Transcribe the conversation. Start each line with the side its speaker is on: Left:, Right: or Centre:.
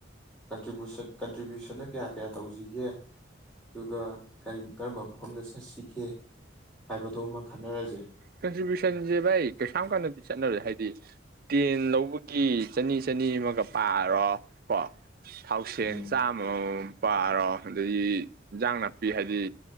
Centre: ꯀꯟꯇꯔꯤꯕꯨꯁꯟ ꯀꯟꯇ꯭ꯔꯤꯕ꯭ꯌꯨꯁꯟꯅ ꯀꯌꯥ ꯀꯌꯥ ꯇꯧꯖꯤꯒꯦ ꯑꯗꯨꯒ ꯀꯔꯤ ꯀꯔꯝꯕ ꯃꯐꯝꯗ ꯆꯠꯁꯤꯒꯦ ꯍꯥꯏꯕꯗꯣ ꯈꯟꯅꯔꯁꯦ
Right: ꯀꯟꯇ꯭ꯔꯤꯕ꯭ꯨꯁꯟꯖꯦ ꯚꯥꯢ ꯀꯩꯁꯥꯝ ꯀꯟꯅꯗꯤ ꯆꯠꯅꯔꯦ ꯍꯥꯏꯗꯤ ꯇꯦꯟ ꯂꯧꯕꯒꯤ ꯆꯅꯤ ꯆꯅꯤ ꯑꯃꯒ ꯄꯥꯔꯣ ꯀꯣ ꯊꯥꯎꯁꯦꯟ
Centre: ꯎꯝ
Right: ꯆꯥꯃꯃꯃꯝ ꯄꯥꯔꯣ ꯑꯗꯒꯤ ꯏꯟꯖꯥꯡ ꯅꯥꯄꯤ ꯍꯥꯏꯗꯤ